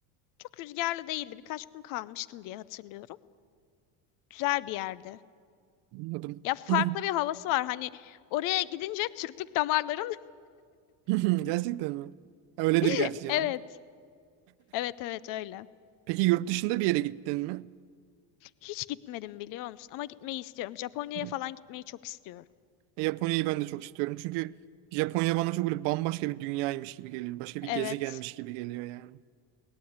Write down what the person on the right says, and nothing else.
Anladım.
<clears throat>
<laughs> Gerçekten mi? Ya Öyledir
gerçi canım.
Peki yurt dışında bir yere gittin mi?
Hı.
E, Japonya'yı ben de çok istiyorum. Çünkü Japonya bana çok böyle bambaşka bir dünyaymış gibi geliyor. Başka bir
gezegenmiş gibi geliyor yani.